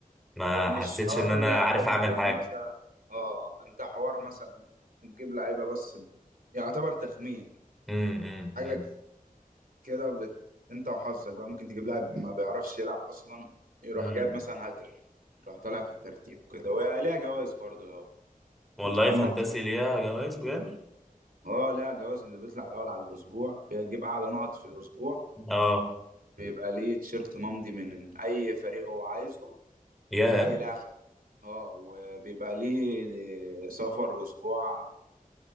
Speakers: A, in the centre; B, on the right (about 75°).
A: ما
B: هو مش
A: حسيتش
B: حوار
A: ان انا
B: لعب
A: عارف
B: هو انت
A: اعمل حاجة
B: مثلا اه انت حوار مثلا تجيب لعيبه بس ب- يعتبر تخمين
A: امم امم
B: حاجه
A: امم
B: كده بت... انت وحظك بقى ممكن تجيب لاعب ما بيعرفش يلعب اصلا يروح
A: إمم.
B: جايب مثلا هاتريك يروح طالع في الترتيب كده وهي ليها جوائز برضه لو
A: والله
B: متعمق
A: فانتسي
B: فيها.
A: ليها جوائز بجد
B: اه ليها جوائز اللي بيطلع الاول على الاسبوع بيجيب اعلى نقط في الاسبوع
A: اه
B: بيبقى ليه تيشيرت ممضي من اي فريق هو عايزه
A: ياه
B: من اي لاعب اه وبيبقى ليه سفر اسبوع